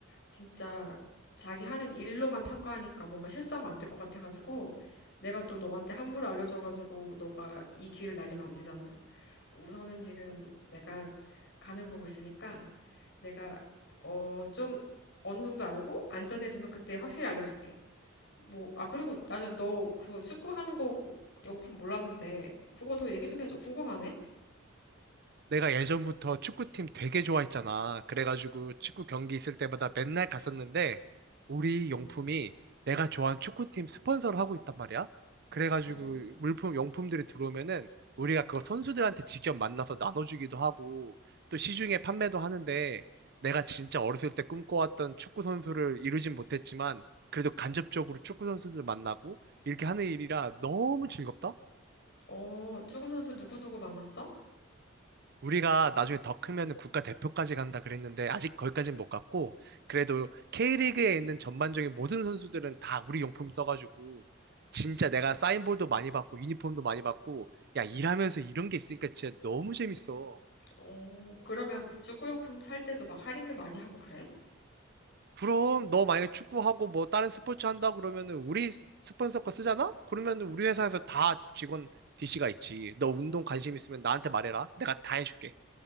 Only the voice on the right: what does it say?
내가 예전부터 축구팀 되게 좋아했잖아. 그래가지고 축구 경기 있을 때마다 맨날 갔었는데 우리 용품이 내가 좋아하는 축구팀 스폰서를 하고 있단 말이야. 그래가지고
물품, 용품들이 들어오면은 우리가 그걸 선수들한테 직접 만나서 나눠주기도 하고 또 시중에 판매도 하는데 내가 진짜 어렸을 때 꿈꿔왔던 축구 선수를 이루진 못했지만 그래도 간접적으로 축구 선수들 만나고 이렇게 하는 일이라 너무 즐겁다.
우리가 나중에 더 크면 국가 대표까지 간다 그랬는데 아직 거기까지는 못 갔고 그래도 K리그에 있는 전반적인 모든 선수들은 다 우리 용품 써가지고 진짜 내가 사인볼도 많이 받고 유니폼도 많이 받고 야 일하면서 이런 게 있으니까 진짜 너무 재밌어.
그럼 너 만약에 축구하고 뭐 다른 스포츠 한다 그러면은 우리 스폰서 거 쓰잖아? 그러면은 우리 회사에서 다 직원 DC가 있지. 너 운동 관심 있으면 나한테 말해라. 내가 다 해줄게.